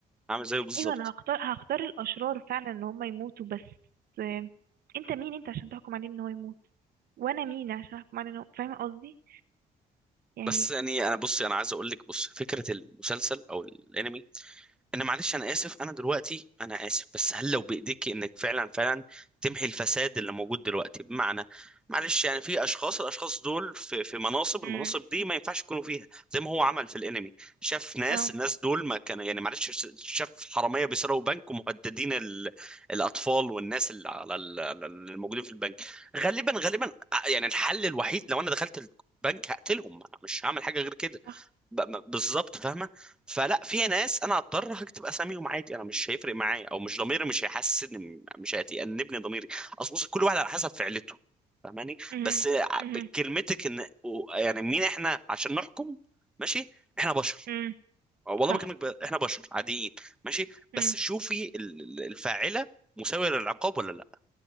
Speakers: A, in the centre; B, on the right.
A: هعمل زيه بالظبط
B: ايوه انا هختار هختار الاشرار فعلا ان هم يموتوا بس آه، انت مين انت عشان تحكم عليه ان هو يموت وانا مين عشان احكم عليه ان هو فاهمه قصدي يعني
A: بس يعني انا بصي انا عايز اقول لك بص فكره المسلسل او الانمي انا معلش انا اسف انا دلوقتي انا اسف بس هل لو بايديك انك فعلا فعلا تمحي الفساد اللي موجود دلوقتي بمعنى معلش يعني في اشخاص الاشخاص دول في في مناصب
B: امم
A: المناصب دي ما ينفعش يكونوا فيها زي ما هو عمل في الانمي شاف ناس
B: اه
A: الناس دول ما كانوا يعني معلش شاف حرامية بيسرقوا بنك ومهددين ال- الاطفال والناس اللي على ال- على ال- الموجودين في البنك غالبا غالبا يعني الحل الوحيد لو انا دخلت البنك هقتلهم انا مش هعمل حاجة غير كده
B: صح
A: ب- ب- بالظبط فاهمه فلا في ناس انا هضطر هكتب اساميهم عادي انا مش هيفرق معايا او مش ضميري مش هيحسسني مش هيأنبني ضميري اصل بص كل واحد على حسب فعلته فاهماني
B: امم
A: بس ع-
B: امم
A: بكلمتك ان و- يعني مين احنا عشان نحكم ماشي احنا بشر
B: امم
A: والله
B: صح
A: بكلمك ب... احنا بشر عاديين ماشي بس
B: امم
A: شوفي ال- ال- الفاعله مساويه للعقاب ولا لا